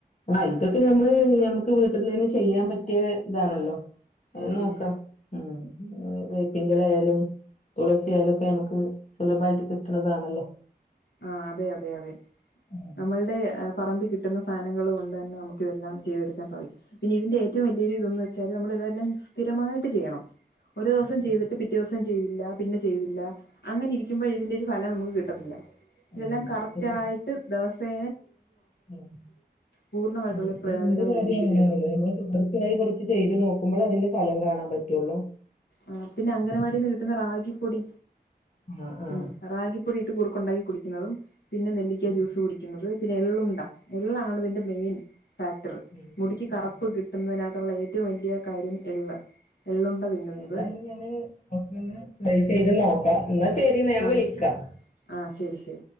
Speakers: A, on the left; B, on the left.
A: ആ ഇത് ക്ക് നമ്മള് നമ്മക്ക് വീട്ടിൽ തന്നെ ചെയ്യാൻ പറ്റിയ ഇതാണല്ലോ അത്
B: ഉം
A: നോക്കാം
B: ഉം
A: ഉം വേപ്പിന്റെലായാലും തുളസി ആയാലൊക്കെ നമുക്ക് സുലഭമായിട്ട് കിട്ടണതാണല്ലോ
B: ആ അതെ അതെ അതെ
A: ഉം
B: നമ്മൾടെ പറമ്പി കിട്ടുന്ന സാധനങ്ങൾ കൊണ്ട് തന്നെ നമുക്കതെല്ലാം ചെയ്തെടുക്കാൻ സാധിക്കും പിന്നെതിന്റെ ഏറ്റവും വലിയ ഇത് ന്ന് വ ച്ചാല് നമ്മൾ ഇതെല്ലാം സ്ഥിരമായിട്ട് ചെയ്യണം ഒരു ദിവസം
A: ഉം
B: ചെയ്തിട്ട് പിറ്റേ ദിവസം ചെയ്തില്ല പിന്നെ ചെയ്തില്ല അങ്ങനെ ഇരിക്കുമ്പൊ ഇതിന്റെ ഒരു ഫലം നമുക്ക് കിട്ടത്തില്ല
A: ഉം
B: ഇതെല്ലാം കറക്റ്റ്
A: ശരി
B: ആയിട്ട് ദവസ പേ
A: ഉം
B: പൂർണ്ണമായിട്ടുള്ള
A: ഉം
B: ഒരു
A: അത്
B: പ്രയോജനം
A: എന്ത് കാര്യം
B: ലഭിക്കുകയുള്ളൂ
A: അങ്ങനെയാണല്ലോ നമ്മൾ തുടർച്ചയായി കുറച്ച് ചെയ്ത് നോക്കുമ്പൾ അതിന്റെ ഫലം കാണാൻ പ റ്റുള്ളൂ
B: ആ പിന്നെ അംഗനവാടിന്ന് കിട്ടുന്ന റാഗിപ്പൊടി
A: ആഹ് ആഹ്
B: ഉം റാഗിപ്പൊടി ഇട്ട് കുറുക്കുണ്ടാക്കി കുടി ക്കുന്നതും പിന്നെ നെല്ലിക്ക
A: ഉം
B: ജ്യൂസ് കുടിക്കുന്നത് പിന്നെ എള്ളുണ്ട. എള്ളാണ് ഇതിന്റെ മെയിൻ ഫാക്ടർ
A: ഉം ഉം
B: മുടിക്ക് കറുപ്പ്
A: ആഹ്
B: കിട്ടുന്നതിന ട്ട്ള്ള ഏറ്റവും വലിയ കാര്യം എള്ള്. എള്ളുണ്ട തിന്നുന്നു.
A: എന്തായാലും ഞാന് ഒക്കെയൊന്ന് ട്രൈ ചെയ്ത് നോക്കാം ഇന്നാ ശരി ന്നാ ഞാൻ
B: ആ
A: വിളിക്കാം.
B: ആ ശരി ശരി